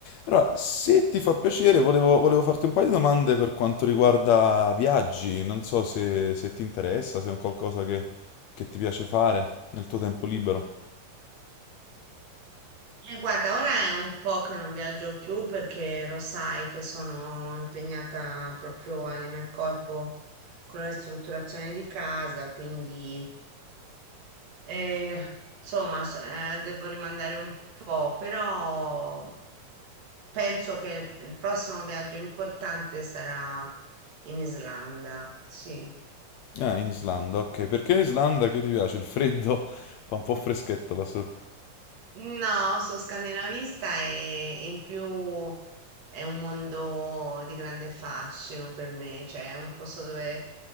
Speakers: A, on the left (about 80°); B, on the right (about 80°).
A: Allora, se ti fa piacere, volevo, volevo farti un paio di domande per quanto riguarda viaggi. Non so se, se ti interessa, se è un qualcosa che, che ti piace fare nel tuo tempo libero.
B: Eh, guarda, ora è un po' che non viaggio più perché lo sai che sono impegnata proprio anima e corpo con la ristrutturazione di casa, quindi eh, insomma s- eh, devo rimandare un po', però penso che il prossimo viaggio importante sarà in Islanda, sì.
A: Ah, in Islanda, ok. Perché in Islanda che ti piace? Il freddo <laughs> fa un po' freschetto là su.
B: No, sono scandinavista e in più è un mondo di grande fascino per me, cioè è un posto dove